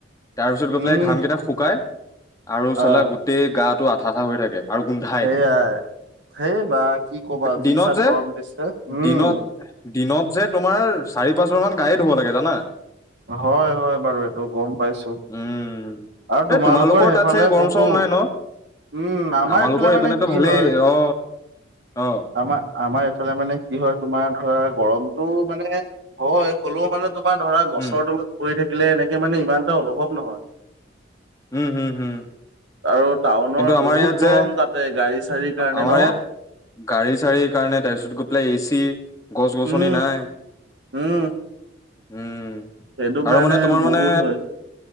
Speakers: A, on the left; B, on the right.
A: তাৰপিছত
B: উম,
A: গৈ পেলাই ঘাম কেইটা শুকাই আৰু
B: আহ
A: চালা গোটেই গাটো আঠা আঠা হৈ থাকে আৰু গোন্ধাই।
B: সেইয়াই সেই বা কি ক'বা
A: দিনত
B: যি চাত
A: যে
B: গৰম দিছে। উম,
A: দিনত দিনত যে তোমাৰ চাৰি পাঁচ বাৰ মান গাই ধুব লাগে জানা।
B: হয় হয় বাৰু এইটো গম পাইছোঁ।
A: উম
B: আৰু তোমালোকৰ
A: এ
B: সেইফালে
A: তাত চাগে গৰম
B: বহুত।
A: চৰম নাই ন
B: উম আমাৰ
A: আমালোকৰ
B: এইফালে
A: এইপিনেতো
B: মানে কি
A: ভালেই
B: হয়
A: অ অ
B: আমাৰ আমাৰ এইফালে মানে কি হয় তোমাৰ ধৰা গ- গৰমতটো মানে হয় হ'লেও মানে তোমাৰ ধৰা গছৰ
A: উম
B: তলত পৰি থাকি- কিলে এনেকে মানে ইমান এটা অনুভৱ নহয়।
A: উম হম হম হম
B: আৰু টাউনৰ
A: কিন্তু আমাৰ
B: বহুত
A: ইয়াত
B: গৰম
A: যে
B: তাতে গাড়ী চাড়ী কাৰণে
A: আমাৰ
B: ন
A: ইয়াত গাড়ী চাড়ীৰ কাৰণে তাৰপিছত গৈ পেলাই এ চি গছ গছনি
B: উম
A: নাই।
B: উম
A: উম
B: সেইটো
A: আৰু
B: কাৰণে
A: মানে তোমাৰ মানে
B: বহুত হয়